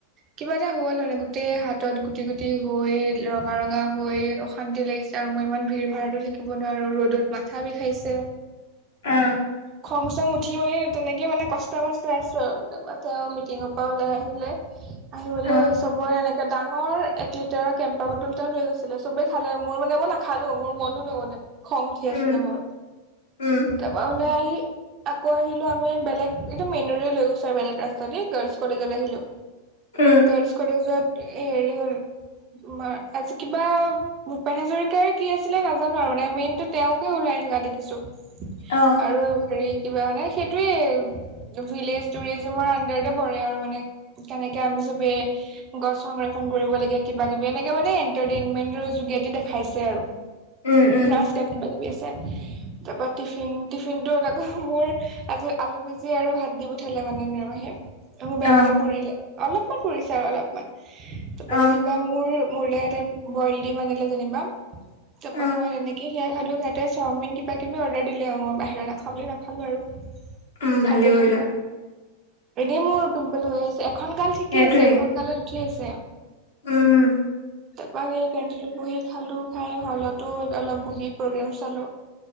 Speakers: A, on the right; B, on the left.
A: কিবা এটা হ'ল মানে গোটেই হাতত গুটি- গুটি হৈ ৰঙা-ৰঙা হৈ অশান্তি লাগিছে আ আৰু মই ইমান ভিৰ ভাৰতো থাকিব নোৱাৰো ৰ'দত মাথা বিখাইছে।
B: অ'।
A: খং চং উঠি মেলি তেনেকে মানে কষ্ট মষ্টই আছোঁ আৰু তাৰপৰা তেওঁ মিটিঙৰ পৰা ওলাই আহিলে। আহিবলে
B: অ
A: চবৰে এটা ডাঙৰ এক লিটাৰৰ কেম্পা বটল এটাওঁ লৈ গৈছিলে। চবেই খালে মোৰ মানে মই নাখালো, মোৰ মনও নগলে। খং উঠি
B: উম
A: আছিলে মোৰ
B: উম
A: তাৰপা উলাই আহি আকৌ আহিলো আমি বেলেগ এটো মেইন ৰোডত লৈ গৈছো আৰু বেলেগ ৰাস্তা দি গাৰ্লছ কলেজত আহিলো।
B: উম
A: গাৰ্লচ কলেজত এ হেৰি হ'ল তোমাৰ আজি কিবা ভূপেন হাজৰিকাৰ কি আছিলে নাজানো আৰু মানে মেইনটো তেওকে ওলাই <unintelligible> দেখিছো
B: অ
A: আৰু হেৰি কিবা মানে সেইটোয়ে ভিলেজ টুৰিজিমৰ আনডাৰতে পৰে আৰু মানে কেনে আমি চবে গছ সংৰক্ষণ কৰিব লাগে কিবা কিবি এনেকে মানে এটাৰটেইনমেটৰ যোগেদি দেখা খাইছে আৰু
B: উম উম
A: নাচ গান কিবা কিবি আছে। তাৰপা টিফিন টিফিনটোত আকৌ মোৰ আজি আলু ভাজি আৰু ভাত দি পঠালে মানে নেৰহিয়ে। মোৰ বেগতে
B: অ
A: পৰিলে অলপমান পৰিছে আৰু অলপমান। তাৰপা
B: অ
A: যেনিবা মোৰ মোৰলে ইহতে বইল দিম আনিলে যেনিবা, তাৰপা
B: অ
A: মই তেনেকে সেয়াই খালো সিহতে চাওমিন কিবা তুমি অৰ্ডাৰ দিলে, মই বাহিৰৰ নাখাওঁ বুলি নাখালোঁ আৰু।
B: উম, ভালে
A: ফাটি
B: কৰিলা।
A: খালো এনেই মোৰ পিম্পল হৈ আছে, এখন গাল ঠিকে
B: সেইটোৱে
A: আছে। এখন গালত উঠি আছে।
B: উম
A: তাৰপা সেই কেণ্টিনত বহি খালো। খাই হলতো অলপ বহি প্ৰগ্ৰেম চালো